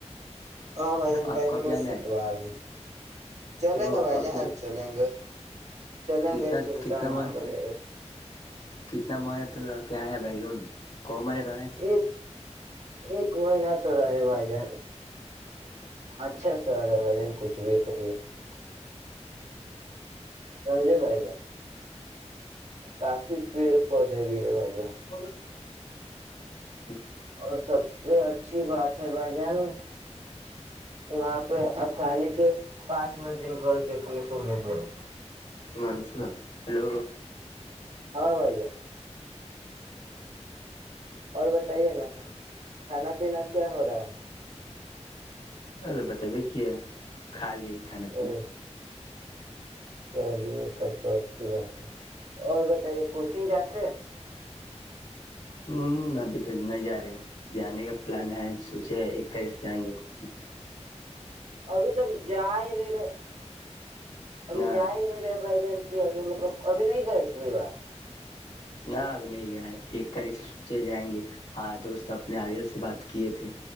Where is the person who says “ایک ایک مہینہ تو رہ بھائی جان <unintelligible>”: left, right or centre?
Right